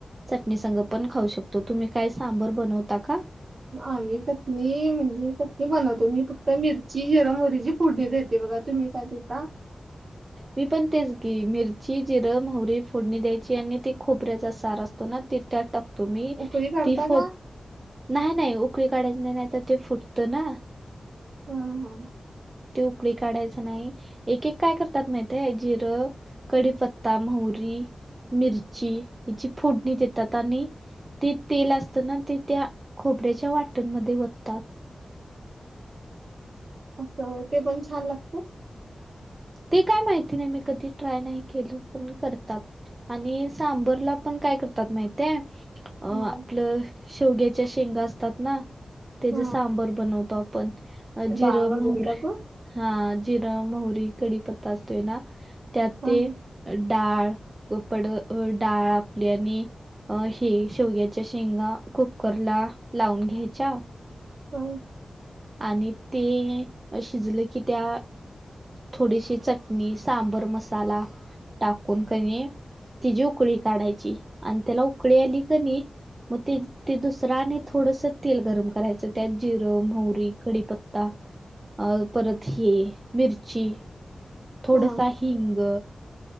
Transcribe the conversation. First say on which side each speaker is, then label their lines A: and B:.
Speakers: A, on the right; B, on the right.
A: चटणीसंग पण खाऊ शकतो तुम्ही काय सांबर बनवता का?
B: आम्ही चटणी म्हणजे चटणी बनवतो मी फक्त मिरची जिर मोहरीची फोडणी देते बघा तुम्ही काय देता?
A: मी पण तेच घी मिरची जिरं मोहरी फोडणी द्यायची आणि ते खोबऱ्याचा सार असतो त त्यात टाकतो मी
B: उकळी काढता
A: ती फो,
B: का?
A: नाही नाही उकळी काढायची नाही तर ते फुटतं ना
B: हा हा
A: ते उकळी काढायच नाही एक एक काय करतात माहितेय जिरं कडीीपत्ता मोहरी मिरची हची फोडणी देतात आणि ते तेल असताना ते त्या खोबऱ्याच्या वाटणमध्ये ओततात
B: असं हो ते पण छान लागतो
A: ते काय माहिती नाही मी कधी ट्राय नाही केल पण करतात आणि सांबरला पण काय करतात माहितेय अ
B: हा
A: आपलं शेवग्याच्या शेंगा असतात ना ते जे
B: हा
A: सांबर बनवतो आपण अ जिरं
B: डाळ वगैरे
A: मोहरी
B: टाकू?
A: हा जिरं मोहरी पता असतोय ना त्यात
B: हा
A: ते डाळ कपड डाळ आपली आणि अ हे शेवयाच्या शेंगा कुकर ला लावून घ्यायच्या
B: ह.
A: आणि त शिजले की त्या थोडीशी चटणी, सांबर मसाला टाकून कणी तिची उकळी काढायची, आणि त्याला उकळी आली कणी म ते-ते दुसर दुसर आणि थोडसं तेल गरम करायचं, त्यात जिरं मोहरी कडीपत्ता अ परत हे मिरची थोडसा
B: हा.
A: हिंग.